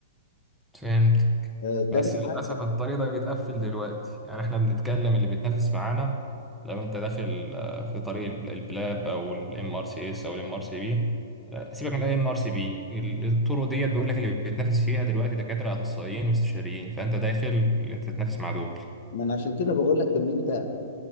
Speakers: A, in the centre; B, on the left (about 50°).
A: فهمت
B: آه
A: بس
B: تالت
A: للأسف
B: حق
A: الطريق ده بيتقفل دلوقتي يعني احنا بنتكلم اللي بيتنافس معانا لو انت داخل آه، في طريق الب- البلاب او الام ار سي اس او الام ار سي بي آه، سيبك من الام ار سي بي الطرق ديت بيقول لك اللي بيتنافس فيها دلوقتي دكاترة اخصائيين واستشاريين فانت داخل اللي انت تتنافس مع دول
B: ما انا عشان كده بقول لك ان انت